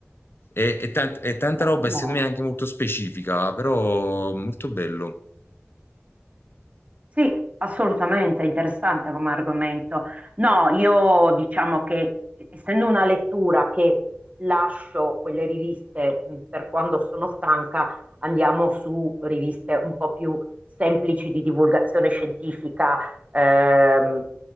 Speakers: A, on the left; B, on the right.
A: È, è tant- è tanta
B: bello,
A: roba e secondo
B: no?
A: me anche molto specifica, però molto bello.
B: Sì, assolutamente è interessante come argomento. No, io diciamo che essendo una lettura che lascio quelle riviste mh, per quando sono stanca, andiamo su riviste un po' più semplici di divulgazione scientifica. Ehm,